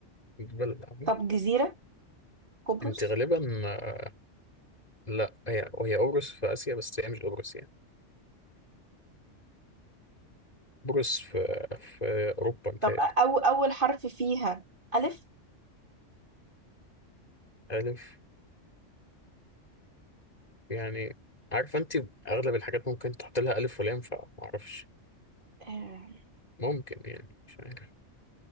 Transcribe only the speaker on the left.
بالعمل
انت غالبا آه، لا هي وهي قبرص في اسيا بس هي مش قبرص يعني قبرص في في اوروبا متهيألي
ألف يعني عارفة انت اغلب الحاجات ممكن تحط لها الف ولام فمعرفش
ممكن يعني مش عارف